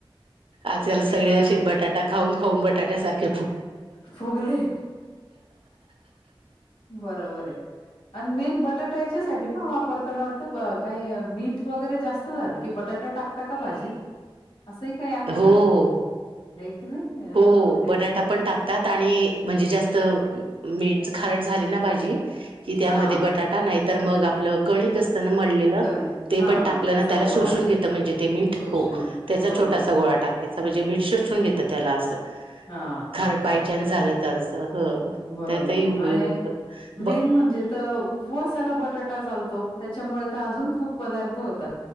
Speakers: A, on the right; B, on the left.
A: आजकाल सगळे
B: अ
A: जे बटाटा खाऊन खाऊन बटाट्या सारखे
B: फुगले बरोबर आहे. आणि मेन बटाट्या याच्यासाठी पण ताना वाटत का मीठ वगैरे जास्त झालं की बटाटा टाकता का भाजी. असंही काही आहे का
A: हो हो
B: नाही की नाही. हं
A: हो
B: ते
A: बटाटा पण टाकतात आणि म्हणजे जास्त मीठ खरड झाली ना भाजी. कि त्यामध्ये
B: हा
A: बटाटा नाही तर मग आपलं कणिक असतं ना मळलेलं
B: कनिक
A: ते
B: हा
A: पण टाकलं
B: त्याचा
A: ना त्याला
B: गोळा
A: शोषून घेत. म्हणजे ते मीठ
B: शोषून
A: हो
B: घेतात
A: त्याचा
B: बरोबर
A: छोटासा
B: आहे.
A: गोळा टाकायचा म्हणजे मीठ शोषून घेत. त्याला अस
B: हा हा
A: खारट
B: हा
A: बाय चान्स झाल तर आस हो
B: बरोबर
A: त्यातही
B: आहे
A: उपयोगी
B: आणि
A: करत.
B: मेन
A: व
B: म्हणजे तर उपवासाला बटाटा चालतो त्याच्यामुळे तर अजून खूप पदार्थ होतात.